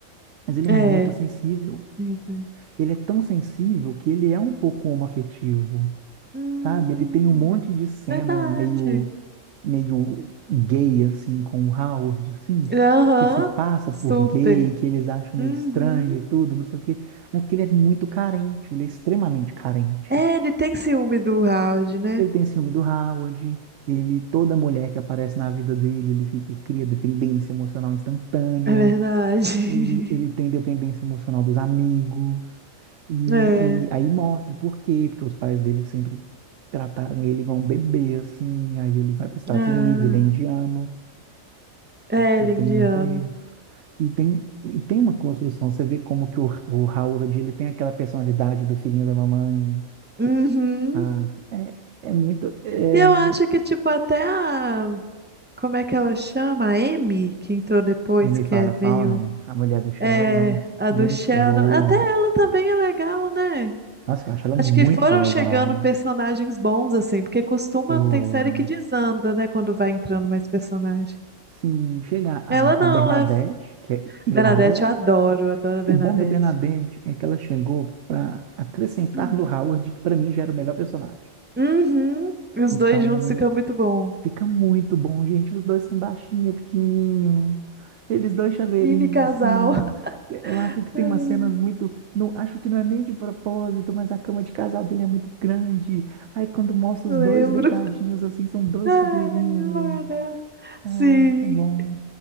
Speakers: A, on the right; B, on the right.
A: mas ele é
B: é.
A: muito sensível.
B: Isso.
A: Ele é tão sensível que ele é um pouco homoafetivo,
B: Hum,
A: sabe? Ele tem um monte de cena
B: verdade.
A: meio, meio gay, assim, com o Howard, assim,
B: Aham,
A: que se passa
B: super.
A: por gay, que eles acham
B: Uhum.
A: meio estranho e tudo, não sei o quê. Mas porque ele é muito carente, ele é extremamente carente.
B: É, ele tem ciúme do Howard, né?
A: Ele tem ciúme do Howard, ele, toda mulher que aparece na vida dele, ele fica, cria dependência emocional instantânea.
B: É verdade.
A: Ele, ele
B: <laughs>
A: tem dependência emocional dos amigos. E,
B: É.
A: e aí mostra por quê, porque os pais dele sempre trataram ele igual um bebê, assim. Aí ele vai para os Estados
B: Ah,
A: Unidos, ele é indiano,
B: é,
A: e
B: ele
A: tem
B: é indiano.
A: muito isso. E tem, e tem uma construção, você vê como que o, o Howard, ele tem aquela personalidade do filhinho da mamãe,
B: Uhum.
A: sabe? É, é muito... É...
B: E eu acho que, tipo, até a. Como é que ela chama? A Amy, que entrou depois,
A: Amy
B: que
A: Farrah
B: é
A: Fowler,
B: meio.
A: a mulher do Sheldon,
B: É, a
A: muito
B: do Sheldon.
A: boa.
B: Até ela também é legal, né?
A: Nossa, eu acho ela muito
B: Acho que foram
A: legal.
B: chegando personagens bons, assim, porque costuma,
A: Foram.
B: tem série que desanda, né, quando vai entrando mais personagem.
A: Sim, chega a,
B: Ela não,
A: a Bernadette,
B: ela é
A: que é Hilária.
B: Bernadette, eu adoro, adoro a Bernadette.
A: O bom da Bernadette é que ela chegou para acrescentar
B: Hum.
A: no Howard, que para mim já era o melhor personagem.
B: Uhum. E os
A: Então,
B: dois juntos ficam muito bom.
A: fica muito bom, gente. Os dois são baixinho, pequenininho. Eles dois chaveirinho,
B: Mini casal.
A: assim. Eu acho
B: <laughs>
A: que tem umas cenas muito. Não, acho que não é nem de propósito, mas a cama de casal dele é muito grande. Aí, quando mostra
B: Lembro.
A: os dois deitadinhos, assim, são dois
B: Ai,
A: chaveirinho.
B: meu Deus.
A: É,
B: Sim.
A: muito bom.